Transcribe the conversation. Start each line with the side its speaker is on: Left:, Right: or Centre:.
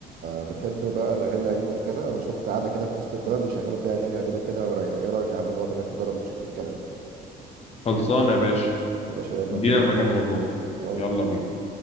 Right: بتحب بقى الأغاني القديمة وكده أنا شفت قاعدة كده في وسط البلد بيشغلوا فيها أغاني قديمة كده ورايقة إيه رأيك يا عم نقعد هناك نجرب نشوف إيه الكلام
Left: خلصانه يا باشا
Right: يا باشا يلا
Left: ادينا
Right: بينا
Left: المكان ونروح
Right: يلا
Left: يلا بينا